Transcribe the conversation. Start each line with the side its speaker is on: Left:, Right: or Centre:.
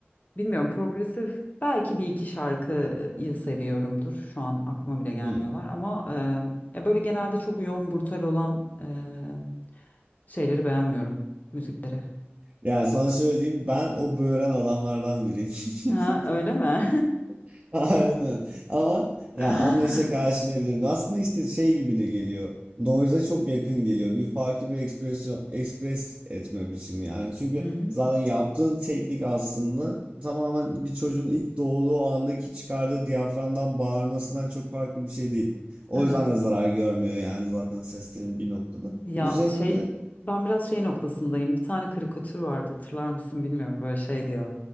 Left: bilmiyorum progresif belki bir iki şarkıyı seviyorumdur. Şu an aklıma bile gelmiyorlar
Right: Hmm.
Left: ama e, ya böyle genelde çok yoğun brutal olan e, şeyleri beğenmiyorum müzikleri.
Right: Yani sana şöyle diyeyim ben o böğren adamlardan biriyim. <laughs>
Left: Ha, öyle mi? <laughs>
Right: <laughs> Aynen. Ama ya
Left: Hı
Right: anlayışla karşılayabilirim. Aslında işte şey gibi de geliyor. Noise'a çok yakın geliyor. Bir farklı bir ekspresyon, ekspres etme biçimi yani. Çünkü
Left: hı,
Right: zaten yaptığın teknik aslında tamamen bir çocuğun ilk doğduğu andaki çıkardığı diyaframdan bağırmasından çok farklı bir şey değil. O
Left: Evet.
Right: yüzden de zarar görmüyor yani zaten seslerin bir noktada.
Left: Ya
Right: Üzerine
Left: şey
Right: de
Left: ben biraz şey noktasındayım. Bir tane karikatür vardı hatırlar mısın bilmiyorum böyle şey diyor.